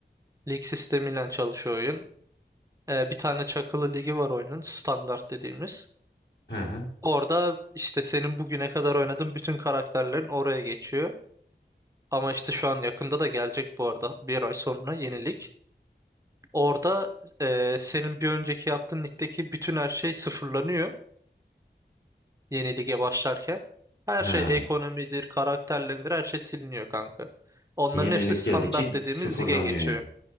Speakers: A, on the right; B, on the left.
A: Lig sistemiyle çalışıyor oyun. Ee, bir tane çakılı ligi var oyunun standart dediğimiz.
B: Hı hı.
A: Orada işte senin bugüne kadar oynadığın bütün karakterlerin oraya geçiyor. Ama işte şu an yakında da gelecek bu arada. Bir ay sonra yeni lig. Orada e, senin bir önceki yaptığın ligdeki bütün her şey sıfırlanıyor. yeni lige başlarken. Her
B: Ha.
A: şey ekonomidir, karakterlerindir, her şey siliniyor kanka. Onların
B: Yenilik
A: hepsi standart
B: geldikçe gi-
A: dediğimiz
B: sıfırlanıyor
A: lige geçiyor.
B: yani.